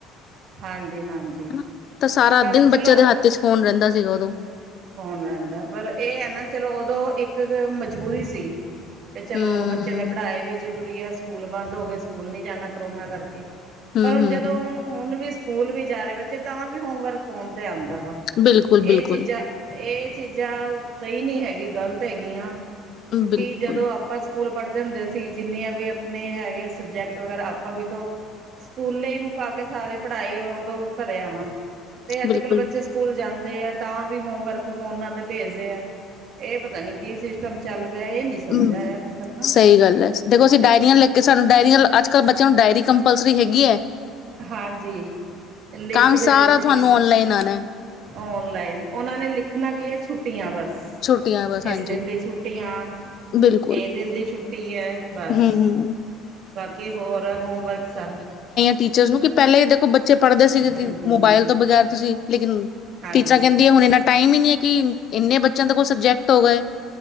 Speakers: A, on the right; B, on the left.
A: ਹਾਂਜੀ ਹਾਂਜੀ
B: ਹਨਾ, ਤਾਂ ਸਾਰਾ
A: ਪਰ
B: ਦਿਨ ਬੱਚਿਆਂ
A: ਚਲੋ
B: ਦੇ ਹੱਥ ਚ ਹੋਣ ਰਹਿੰਦਾ। ਦਾ ਸੀਗਾ ਉਦੋਂ
A: ਫੋਨ ਰਹਿੰਦਾ, ਪਰ ਇਹ ਐ ਨਾ ਚਲੋ, ਉਦੋਂ ਇੱਕ ਮਜਬੂਰੀ ਸੀ। ਤੇ ਚਲੋ
B: ਹਮ
A: ਬੱਚੇ ਨੇ ਪੜ੍ਹਾਏ ਵੀ ਜ਼ਰੂਰੀ ਰੀ ਸਕੂਲ ਬੰਦ ਹੋ ਗਏ, ਸਕੂਲ ਨਹੀਂ ਜਾਣਾ ਕਰੋਨਾ ਕਰਕੇ।
B: ਹਮ
A: ਪਰ ਹੁਣ
B: ਹਮ
A: ਜਦੋਂ ਹੁਣ ਹੁਣ ਵੀ ਸਕੂਲ ਵੀ ਜਾ ਰਹੇ ਬੱਚੇ, ਤਾਂ ਵੀ ਹੋਮਵਰਕ ਫੋਨ 'ਤੇ ਆਉਂ ਦਾ ਵਾ,
B: ਬਿਲਕੁਲ ਬਿਲਕੁਲ
A: ਇਹ ਚੀਜ਼ਾਂ ਇਹ ਚੀਜ਼ਾਂ ਸਹੀ ਨੀ, ਹੈਗੀ ਗ਼ਲਤ ਹੈਗੀਆਂ। ਕਿਉਂਕਿ
B: ਬਿਲਕੁਲ
A: ਜਦੋਂ ਆਪਾਂ ਸਕੂਲ ਪੜ੍ਹਦੇ ਹੁੰਦੇ ਸੀ, ਜਿੰਨੀਆਂ ਵੀ ਆਪਣੇ ਹੈਗੇ ਸਬਜੈਕਟ ਵਗੈਰਾ ਆਪਾਂ ਵੀ ਤਾਂ ਸਕੂਲੇ ਹੀ ਮੁਕਾ ਕੇ ਸਾਰੇ ਪੜ੍ਹਾਈ ਉਦੋਂ ਘਰੇ ਆਣਾ ਤੇਂ, ਅੱਜ
B: ਬਿਲਕੁਲ
A: ਕੱਲ੍ਹ ਬੱਚੇ ਸਕੂਲ ਜਾਂਦੇ ਆ ਤਾਂ ਵੀ ਹੋਮਵਰਕ ਫੋਨਾਂ ਤੇ ਭੇਜਦੇ ਆ। ਇਹ ਪਤਾ ਨੀ, ਕੀ ਸਿਸਟਮ ਚੱਲ ਪਿਆ ਇਹ ਨੀ ਸਮਝ
B: ਹਮ
A: ਆਇਆ ਅੱਜ ਕੱਲ੍ਹ ਨਾ
B: ਸਹੀ ਗੱਲ ਐ, ਦੇਖੋ ਅਸੀਂ ਡਾਇਰੀਆਂ ਲੈ ਕੇ ਸਾਨੂੰ ਡਾਇਰੀਆਂ ਅੱਜ ਕੱਲ੍ਹ ਬੱਚਿਆਂ ਨੂੰ ਡਾਇਰੀ ਕੰਪਲਸਰੀ ਹੈਗੀ ਐ
A: ਹਾਂਜੀ ਲਿਖਦੇ
B: ਕੰਮ ਸਾਰਾ
A: ਕੁਛ ਨੀ
B: ਤੁਹਾਨੂੰ ਔਨਲਾਈਨ ਆਉਣਾ ਹੈ
A: ਓਨਲਾਈਨ, ਉਹਨਾਂ ਨੇ ਲਿਖਣਾ ਕੀ ਹੈ ਛੁੱਟੀਆਂ ਬਸ
B: ਛੁੱਟੀਆਂ ਬਸ ਹਾਂਜੀ
A: ਇਸ ਦਿਨ ਦੀ ਛੁੱਟੀ ਆ,
B: ਬਿਲਕੁਲ
A: ਇਹ ਦਿਨ ਦੀ ਛੁੱਟੀ ਐ, ਬਸ
B: ਹਮ ਹਮ
A: ਬਾਕੀ ਹੋਰ ਹੋਮਵਰਕ ਸਰ
B: ਟੀਚਰ ਨੂੰ, ਕਿ ਪਹਿਲੇ ਦੇਖੋ ਬੱਚੇ ਬੱਚੇ ਪੜ੍ਹਦੇ ਸੀਗੇ
A: ਹੂੰ
B: ਕਿ
A: ਹੂੰ
B: ਮੋਬਾਇਲ
A: ਹੂੰ।
B: ਤੋਂ ਬਗੈਰ ਤੁਸੀਂ ਲੇਕਿਨ
A: ਹਾਂਜੀ
B: ਟੀਚਰਾਂ ਕਹਿੰਦੀ, ਹੁਣ ਇੰਨਾ ਟਾਈਮ ਹੀ ਨਹੀ ਐ ਕਿ ਇੰਨੇ ਬੱਚੇ ਕੋ ਸਬਜੈਕਟ ਹੋ ਗਏ,